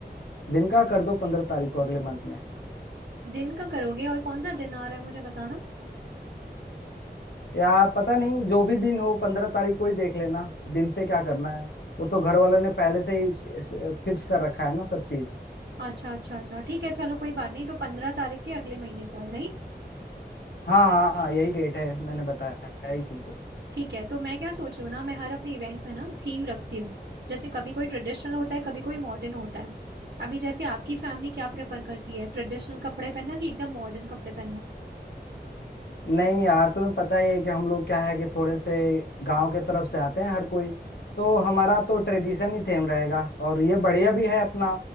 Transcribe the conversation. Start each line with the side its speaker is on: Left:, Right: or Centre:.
Left: दिन का कर दो पंद्रह तारीख को अगले मंथ में
Right: दिन का करोगे और कौन सा दिन आ रहा है मुझे बताना
Left: यार पता नहीं जो भी दिन हो पंद्रह तारीख को ही देख लेना दिन से क्या करना है वो तो घर वालों ने पहले से ही फिक्स कर रखा है ना सब चीज
Right: अच्छा अच्छा अच्छा ठीक है चलो कोई बात नहीं तो पंद्रह तारीख के अगले महीने को है राइट
Left: हाँ हाँ हाँ, यही डेट है मैंने बताया ही तुमको
Right: ठीक है तो मैं क्या सोच रही हूँ ना मैं हर अपने इवेंट में ना थीम रखती हूँ जैसे कभी कोई ट्रेडिशनल होता है कभी कोई मॉडर्न होता है अभी जैसे आपकी फैमिली क्या प्रेफर करती है ट्रेडिशनल कपड़े पहनना कि एकदम मॉडर्न कपड़े पहनना
Left: नहीं यार तुम्हें पता ही है कि हम लोग क्या है कि थोड़े से गांव के तरफ से आते हैं हर कोई तो हमारा तो ट्रेडिशन ही थेम रहेगा और ये बढ़िया भी है अपना